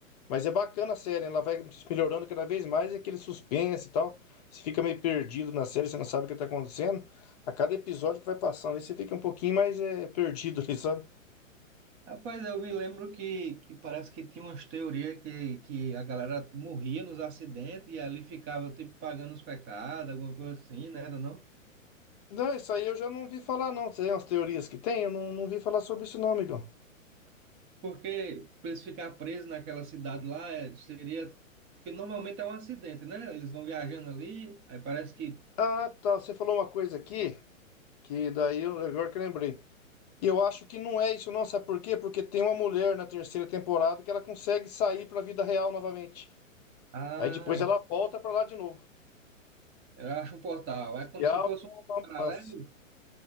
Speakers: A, on the left (about 30°); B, on the right (about 25°).
A: mas é bacana a série, ela vai melhorando cada vez mais e aquele suspense e tal. Você fica meio perdido na série, você não sabe o que tá acontecendo. A cada episódio que vai passando, aí você fica um pouquinho mais é, perdido <laughs> ali, sabe?
B: Rapaz, eu me lembro que, que parece que tinha umas teorias que, que a galera morria nos acidentes e ali ficava, tipo, pagando os pecados, alguma coisa assim, né? Era não?
A: Não, isso aí eu já não vi falar, não. Tem umas teorias que tem, eu não, não vi falar sobre isso, não, amigão.
B: Porque para eles ficar presos naquela cidade lá, é, seria... Porque normalmente é um acidente, né? Eles vão viajando ali, aí parece que...
A: Ah, tá. Você falou uma coisa aqui que daí eu, agora que eu lembrei. E eu acho que não é isso, não. Sabe por quê? Porque tem uma mulher na terceira temporada que ela consegue sair pra vida real novamente.
B: Ah,
A: Aí depois ela volta pra lá de novo.
B: eu acho um portal. É como
A: E abre
B: se fosse
A: um
B: um paralelo.
A: lance.